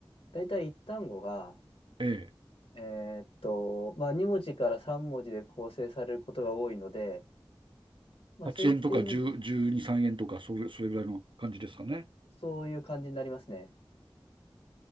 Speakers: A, on the left; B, on the right.
A: だいたい一単語が、
B: ええ。
A: えっと、まあ、2文字から3文字で構成されることが多いので、まあ、
B: 8円とか10、
A: そういった意味、
B: 12、3円とか、それ、それぐらいの感じですかね。
A: そういう感じになりますね。